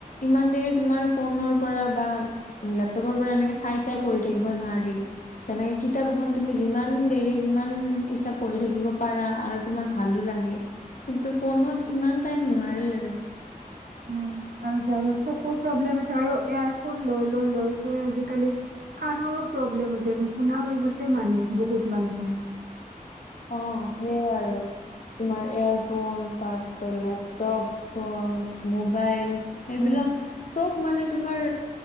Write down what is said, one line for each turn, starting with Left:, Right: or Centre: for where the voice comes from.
Left: ইমান দেৰি তোমাৰ ফোনৰ পৰা বা লেপটপৰ পৰা এনেকে চাই চাই পঢ়ি থাকিব নোৱাৰি। যেনেকে কিতাপ এখন তুমি যিমান দেৰি সিমান ইচ্ছা পঢ়ি থাকিব পাৰা আৰু তোমাৰ ভালো লাগে কিন্তু ফোনত ইমান টাইম নোৱাৰি আৰু।
Right: উম আৰু য চকু প্ৰব্লেম হৈছে আৰু এয়াৰফোন লৈ লৈ লৈ আজিকালি কাণৰো প্ৰব্লেম হৈছে। শুনা হৈ গৈছে মানুহ বহুত মানুহে
Left: অ সেইয়াই আৰু তোমাৰ এয়াৰফোন তাৰপিছত লেপটপ মোবাইল এইবিলাক
Right: উম
Left: চব মানে তোমাৰ